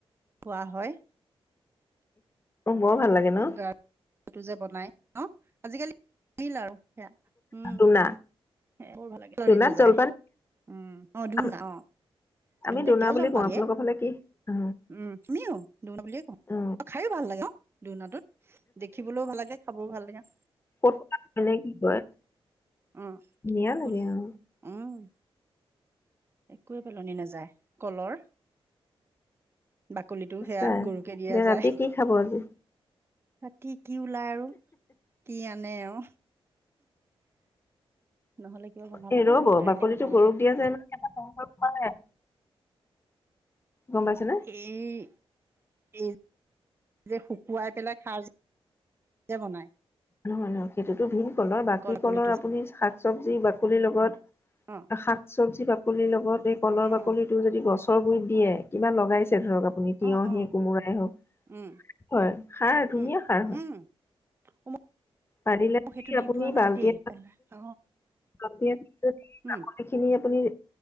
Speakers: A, on the right; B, on the left.
A: খোৱা হয়।
B: মোক বৰ ভাল লাগে। ন?
A: গাওটো যে বনাই অ আজিকালি আহিল আৰু সেয়া উম। <unintelligible>
B: দোনা
A: বৰ ভাল লাগে, একো পেলনী
B: দোনাত
A: নাযায়,
B: জলপান
A: উম অ দুনা
B: আম-
A: অ।
B: আমি
A: ধুনে
B: দোনা
A: এতিয়াও
B: বুলি
A: জলপান
B: কওঁ
A: দিয়ে
B: আপোনালোকৰ ফালে কি? অ
A: উম তুমিও। দুৰ্ন বুলিয়ে কও,
B: অ
A: শ খাইও ভাল লাগে অ দোৰ্নটোত দেখিবলৈও ভাল লাগে খাবও ভাল লাগে।
B: ক'ত মানে কি কয়।
A: উম
B: ধুনীয়া লাগে
A: কোন
B: অ
A: উম। একোৱেই পেলনি নাযায় কলৰ। বাকলিটো
B: সঁচাই
A: সেয়া গৰুকে দিয়া
B: এতিয়া ৰাতি
A: যায়।
B: কি খাব আজি?
A: ৰাতি কি ওলাই আৰু। কি আনে এও, নহলে। কিবা বনাব
B: এ
A: লাগিব
B: ৰব
A: দাইলে
B: বাকলিতো
A: বনাব লাগিব
B: গৰুক দিয়া যায় নহয়। <unintelligible> গম পাইছা নে?
A: এই এই যে শুকুৱাই পেলাই খাৰ যে। যে বনাই।
B: নহয় নহয় সেইটোতো ভিম কলৰ বাকী
A: কল
B: কলৰ
A: কলিটো
B: আপুনি
A: যে
B: শাক। চবজি বাকলিৰ লগত
A: অ
B: শাক চবজি বাকলিৰ লগত এই কলৰ
A: উম
B: বাকলি।
A: উম
B: টোৰ যদি গছৰ গুৰিত দিয়ে কিবা লগাইছে ধৰক। আপুনি তিয়হি
A: অ অ
B: কোমোৰাই হওক
A: উম
B: হয় খাৰ ধুনীয়া
A: উম
B: খাৰ হয়।
A: উম <inaudible>
B: পাৰিলে
A: সেইটো দি
B: আপুনি
A: পোৱা নাই
B: বাল্টি
A: দেই
B: এটাত।
A: পেলাই অ
B: <unintelligible>
A: উম
B: খিনি আপুনি।